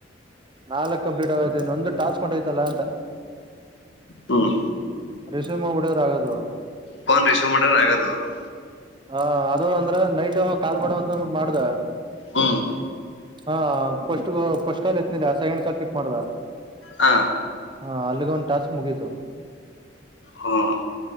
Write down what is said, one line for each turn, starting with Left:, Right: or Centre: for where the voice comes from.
Right: ನಾಲ್ಕ್ ಕಂಪ್ಲೀಟ್ ಆಗೈತೆ ಇನ್ನೊಂದು ಟಾಸ್ಕ್ ಹೊಂಟೈ್ತಲ್ಲ ಅಂತ
Left: ಹ್ಮ್
Right: ರಿಷಮ ಬಡಿಯವ್ರು ಆಗದು
Left: ಫೋನ್ ರಿಸೀವ್ ಮಾಡ್ರ ಆಗದು ಅವನು
Right: ಹ ಅದು ಅಂದ್ರ ನೈಟ್ ಕಾಲ್ ಮಾಡುವಂತ ಅಂದ್ಬಿಟ್ಟ ಮಾಡ್ದ
Left: ಹ್ಮ್
Right: ಹಾ ಸ್ಟ್ ಫಸ್ಟ್ ಕಾಲ್ ಎತ್ನಿಲ್ಲ ಸೆಕಂಡ್ ಕಾಲ್ ಪಿಕ್ ಮಾಡ್ದ
Left: ಹಾ
Right: ಹಾ ಅಲ್ಲಿಗೆ ಒಂದ ಟಾಸ್ಕ್ ಮುಗೀತು
Left: ಹ್ಮ್